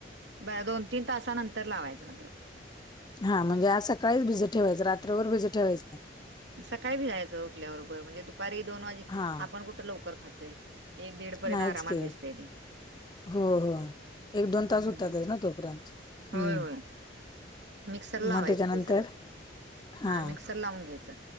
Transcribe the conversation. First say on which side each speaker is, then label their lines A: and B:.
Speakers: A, on the right (about 70°); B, on the left (about 25°).
A: ब दोन तीन तासानं तर लावायचं नंतर
B: हा म्हणजे आज सकाळीच भिजत ठेवायचं रात्रभर भिजत ठेवायचं नाही
A: सकाळी भिजायचं उठल्याबरोबर म्हणजे दुपारी दोन वाजे
B: हा
A: आपण कुठं लवकर खातोय एक दीड पर्यंत
B: नाहीच
A: आरामात
B: की
A: भिजतंय ते
B: हो हो एक दोन
A: हम्म
B: तास होतातच
A: हम्म हम्म
B: तोपर्यंत
A: होय
B: हम्म
A: होय मिक्सरला लावायचं
B: मग त्याच्यानंतर
A: ते सगळं
B: हा
A: आ मिक्स तर लावून घ्यायच